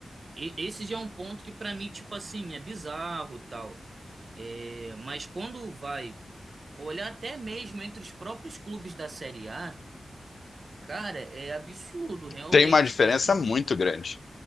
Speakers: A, on the right; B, on the left.
A: e esse já é um ponto que para mim, tipo assim, é bizarro, tal. É, mas quando vai olhar até mesmo entre os próprios clubes da Série A, cara, é absurdo, realmente,
B: tem uma
A: tipo
B: diferença
A: assim.
B: muito grande.